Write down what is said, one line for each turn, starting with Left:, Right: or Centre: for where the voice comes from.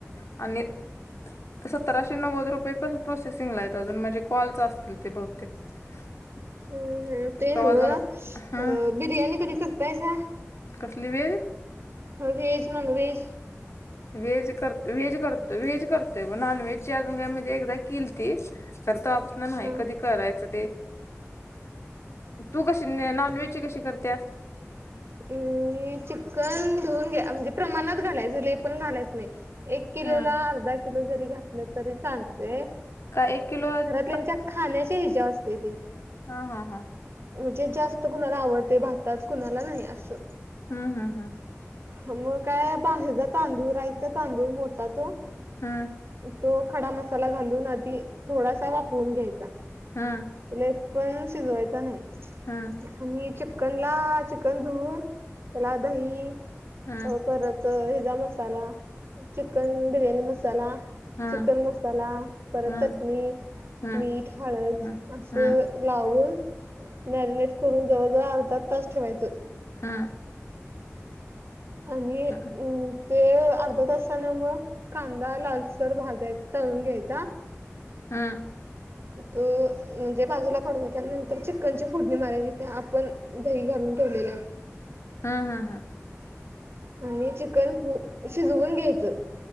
Left: आणि सतराशे नव्वद रुपये प्रोसेसिंग ला आहे अजून म्हणजे कॉलच असतील ते बहुतेक. <inaudible>
Right: हम् ते
Left: कवा
Right: ग
Left: जमा हम्म
Right: अ बिर्याणी कधी करतायसा.
Left: कसली वेळ.
Right: ह व्हेज नॉनव्हेज.
Left: व्हेज करतेय व्हेज करतेय व्हेज करतोय ब नॉनव्हेज अजून म्हणजे एकदा किलती. तर ते आपण नाही
Right: हा
Left: कधी करायचं ते तू कशी नॉन व्हेजची कशी करत्यास.
Right: अम् चिकन धुऊन घ्या म्हणजे प्रमाणात घालायच लेय पण घालायच नाही. एक किलोला
Left: हम्म
Right: अर्धा किलो जरी घातलं तरी चालतेय.
Left: का एक किलोत
Right: म्हणजे खाण्याची इजाव असतेय ते.
Left: हा हां हां.
Right: म्हणजे जास्त कुणाला आवडते भातात कुणाला नाही असं
Left: हा हा हा.
Right: हा मग काय बाहेरचा तांदूळ रायचा तांदूळ मोठा तो.
Left: ह
Right: तो खडा मसाला घालून आधी थोडासा वापरून घ्यायचा
Left: हा.
Right: लय पण शिजवायच नाही.
Left: हम्म
Right: आणि चिकनला चिकन धुवून त्याला दही
Left: हम्म
Right: अ परत त हिजा मसाला चिकन बिर्याणी मसाला.
Left: हम्म
Right: चिकन मसाला परत
Left: हम्म
Right: चटणी
Left: हम्म
Right: मीठ हळद.
Left: हम्म
Right: असं
Left: हम्म
Right: लावून मॅरिनेट करून जवळ जवळ अर्धा तास ठेवायचं.
Left: हा
Right: आणि अम
Left: हम्म हम्म
Right: ते अर्ध्या तासान मग कांदा लालसर भाजायचा तळून घ्यायचा.
Left: हा.
Right: त म्हणजे बाजूला काढून त्या नंतर चिकनची फोडणी मारायची ते आपण दही घालून ठेवलेल्या.
Left: हा हा हा.
Right: आणि चिकन पू शिजवून घ्यायचं.